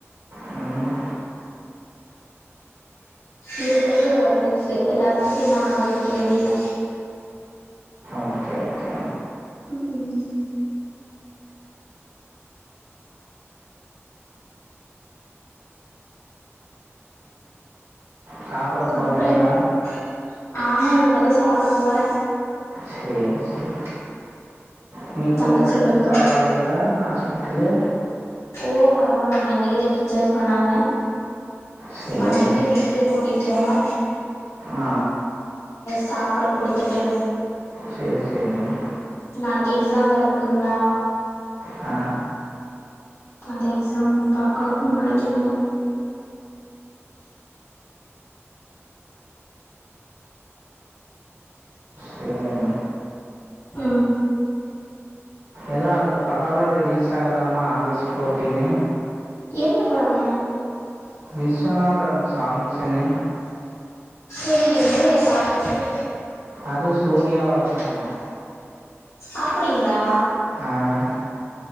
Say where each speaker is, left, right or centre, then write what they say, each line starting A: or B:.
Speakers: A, on the right; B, on the left.
A: ம்
B: இருக்குறது ஒரு லைஃபு எல்லாத்தி தின்னு அனுபவிக்க வேண்டிதா
A: ஓகே ஓகே
B: ம்
A: சாப்புட போறீங்ளா
B: அப்றோ என்ன ஆமாங்க இப்பதா சாப்புட போற
A: சேரி சேரி இன்னிக்கு
B: தங்கச்சிங்களுக்கு
A: உங்க ஃப்ரெண்டுக்கு
B: தோ
A: பரவாலைங்களா ஹாஸ்பிட்டலு
B: ஓ பரவாலங்க இன்னிக்குதா டிச்சாஜி பண்ணாங்க
A: சரிங்க
B: பண்ணிட்டு வீட்டுக் கூட்டிட்போனோ
A: அ
B: சாப்பட குடுத்துட்டு
A: சேர் சேரிங்க
B: நாளைக்கு எக்ஸாம் வேர்ருக்குங்களா
A: ஆ
B: அந்த எக்ஸாம் பாக்கணு நாளைக்கு என்னனு
A: சேரிங்
B: ஆ
A: எதோ அடுத்த படோலா ரிலீஸ் ஆகுதாமா ஆகஸ்ட் ஃபோர்ட்டீனு
B: என்ன படோங்க
A: விஸ்வநாதன் சாங்சுனு
B: தெரிலங்ளே பாக்கலங்ளே
A: அது சூர்யாவோட தாங்க
B: அப்புடிங்ளா
A: ஆ